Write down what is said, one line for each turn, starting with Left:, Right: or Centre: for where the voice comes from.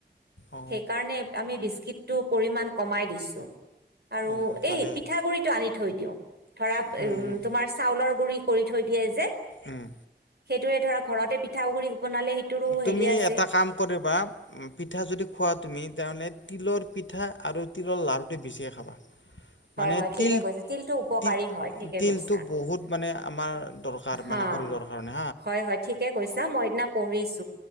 Left: অ
Right: সেইকাৰণে আমি বিস্কিটটো পৰিমাণ কমাই দিছোঁ আৰু
Left: অ ভালে
Right: এই পিঠাগুৰিটো আনি থৈ দিওঁ ধৰা
Left: হুম হুম
Right: তোমাৰ চাউলৰ গুৰি কৰি থৈ দিয়ে যে
Left: উম
Right: সেইটোৱে ধৰা ঘৰতে পিঠাগুৰি বনালে সেইটোৰো
Left: তুমি
Right: হেৰি আছে
Left: এটা কাম কৰিবা পিঠা যদি খোৱা তুমি তেনেহ'লে তিলৰ পিঠা আৰু তিলৰ লাড়ুটো বেছিয়ে খাবা
Right: হয়
Left: মানে
Right: হয় ঠিকে
Left: তিল
Right: কৈছা তিলটো উপকাৰী
Left: তি
Right: হয় ঠিকে
Left: তিলটো
Right: কৈছা
Left: বহুত মানে আমাৰ দৰকাৰ
Right: হা
Left: মানে শৰীৰৰ কাৰণে
Right: হয় হয় ঠিকে কৈছা মই এদিনা পঢ়ি